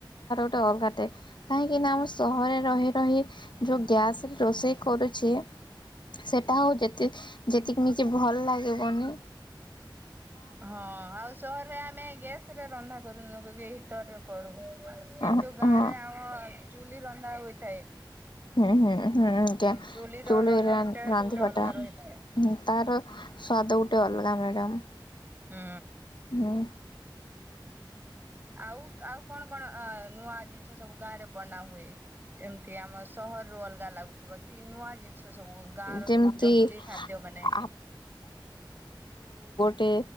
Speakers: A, on the left (about 70°); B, on the right (about 25°).
A: ଅଗୋଟେ କାହିଁକି ନା ଆମ ସହରରେ ରହି ରହି ଯୋଉ ଗ୍ୟାସ ରୋଷେଇ କରୁଛେ ସେଟା ହଉ ଯେ ଯେତିକିମ ଭଲ ଲାଗେ। କନି।
B: ହଁ ଆଉ ସହରରେ ଆମେ ଗେସ୍ ସେ ରନ୍ଧା କରୁନକରୁ ଏ ହିଟରରେ କରୁ। କିନ୍ତୁ
A: ହଁ
B: ଗାଁରେ
A: ହଁ
B: ଆମ। ଚୁଲି ରନ୍ଧା ହୋଇଥାଏ।
A: ହୁଁ ହୁଁ। ହୁଁଆଜ୍ଞା
B: ଚୁଲିର
A: ଚୁଲି
B: ରନ୍ଧାର
A: ରାନ୍ଧିବା
B: ଟେଷ୍ଟ ଗୋଟେ ଅଲଗା
A: ଟା
B: ରହିଥାଏ।
A: ତାର ସ୍ଵାଦ ଗୋଟେ ଅଲଗା ମିଳେ। କମ।
B: ହୁଁ।
A: ହଁ।
B: ଆଉ ଆଉ କଣ କଣ ନୂଆ ଜିନିଷ ସବୁ ଗାଁ ରେ ବନାହୁଏ। ଏମିତି ଆମ ସହର ରୁ ଅଲଗା ଲାଗୁଥି ବାକି ନୂଆ ଜିନିଷ ସବୁ ଗାଁ ର
A: ଯେମିତି
B: ସବୁ ଜଙ୍ଗଲୀ ଖାଦ୍ୟ ମାନେ।
A: ଆ ଟେ